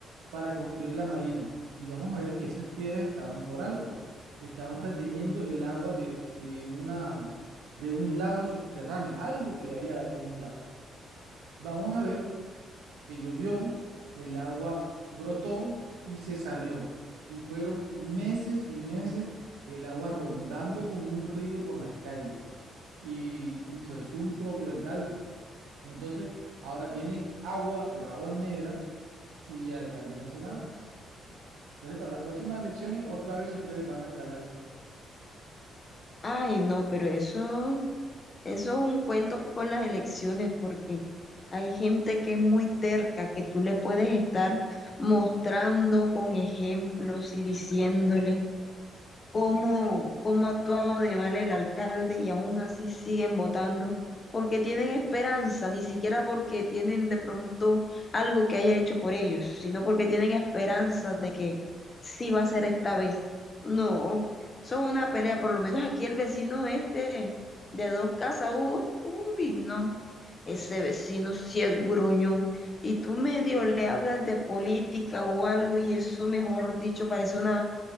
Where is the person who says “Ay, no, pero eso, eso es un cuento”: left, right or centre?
Left